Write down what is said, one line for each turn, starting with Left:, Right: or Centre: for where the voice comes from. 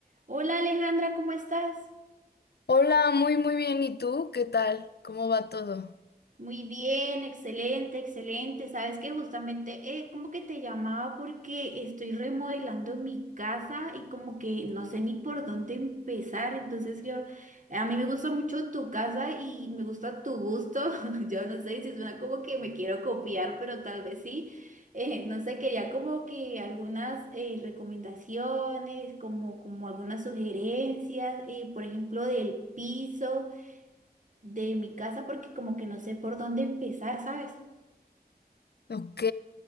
Right: Hola Alejandra, ¿cómo estás?
Left: Hola, muy muy bien. ¿Y tú? ¿Qué tal? ¿Cómo va todo?
Right: Muy bien, excelente, excelente. Sabes que justamente eh, como que te llamaba porque estoy remodelando mi casa y como que no sé ni por dónde empezar. Entonces yo, a mí me gusta mucho tu casa y me gusta tu gusto. <laughs> Yo no sé si suena como que me quiero copiar, pero tal vez sí. Eh, no sé, quería como que algunas eh, recomendaciones, como, como algunas sugerencias, eh, por ejemplo, del piso. de mi casa porque como que no sé por dónde empezar, ¿sabes?
Left: Ok.